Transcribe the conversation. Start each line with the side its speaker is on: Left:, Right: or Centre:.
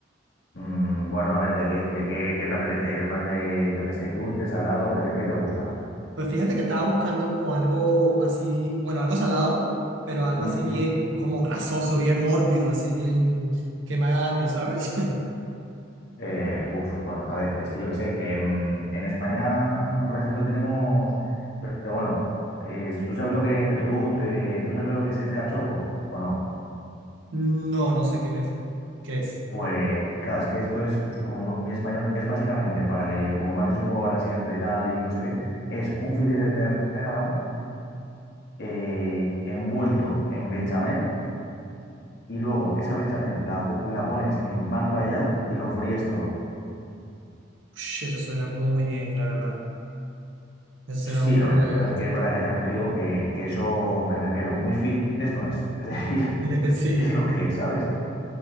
Left: mm, bueno, a ver, ¿de qué, de qué, qué te apetece? ¿Eres más de, yo qué sé, dulce, salado? ¿Qué te, qué te gusta?
Right: Pues fíjate que estaba buscando como algo así, bueno, algo salado, pero algo
Left: Mm,
Right: así bien como grasoso, bien mórbido, así bien que me haga daño, ¿sabes? <laughs>
Left: eh, buf, bueno, a ver, es que yo qué sé, em, en España, por ejemplo, tenemos, pero, bueno, eh, ¿tú sabes lo que, tú, tú, eh, ¿tú sabes lo que es el cachopo o no?
Right: No, no sé qué es eso. ¿Qué es?
Left: Pues, claro, es que esto es como muy, muy español, es básicamente para que, como me has dicho un poco ahora siento y tal y no sé qué, es un filete de ternera, ¿vale? eh, envuelto en bechamel y luego esa bechamel la, co- la pones en pan rallado y lo fríes todo.
Right: Ush, eso suena muy bien, la verdad. Eso suena
Left: Sí,
Right: muy
Left: lo que
Right: elegante.
Left: pasa es que es verdad que también te digo que, que eso me refiero, muy fitness no es, <laughs> es decir,
Right: <laughs> Sí.
Left: es lo que es, ¿sabes?